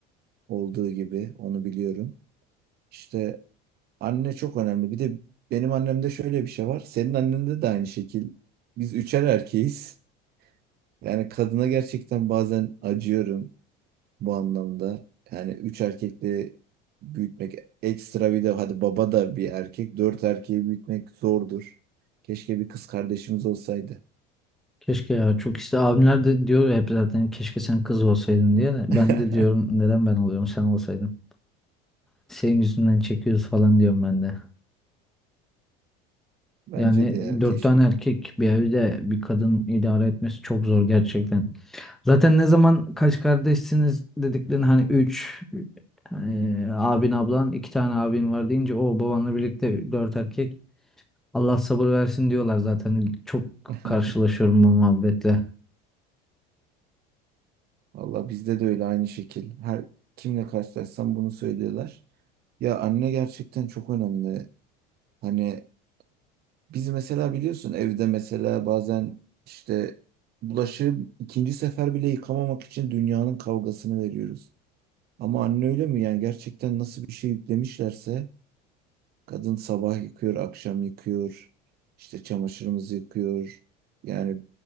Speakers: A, on the right; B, in the centre.
A: olduğu gibi onu biliyorum. İşte Anne çok önemli. Bir de benim annemde şöyle bir şey var. Senin annende de aynı şekil. Biz üçer erkeğiz. Yani kadına gerçekten bazen acıyorum bu anlamda. Yani üç erkekle büyütmek ekstra bir de hadi baba da bir erkek. Dört erkeği büyütmek zordur. Keşke bir kız kardeşimiz olsaydı.
B: Keşke ya çok iste abimler de diyor ya hep zaten keşke sen kız olsaydın diye de
A: <laughs>
B: ben de diyorum neden ben oluyorum sen olsaydın. Senin yüzünden çekiyoruz falan diyorum ben de.
A: Bence
B: Yani
A: de ya
B: dört
A: keşke.
B: tane erkek bir evde bir kadın idare etmesi çok zor gerçekten. Zaten ne zaman kaç kardeşsiniz dediklerini hani üç e, abin ablan iki tane abin var deyince o babanla birlikte dört erkek. Allah sabır versin diyorlar zaten. Çok
A: <laughs>
B: karşılaşıyorum bu muhabbetle.
A: Valla bizde de öyle aynı şekil. Her kimle karşılaşsam bunu söylüyorlar. Ya anne gerçekten çok önemli. Hani Biz mesela biliyorsun evde mesela bazen işte bulaşığı ikinci sefer bile yıkamamak için dünyanın kavgasını veriyoruz. Ama anne öyle mi yani gerçekten nasıl bir şey yüklemişlerse kadın sabah yıkıyor, akşam yıkıyor, işte çamaşırımızı yıkıyor. Yani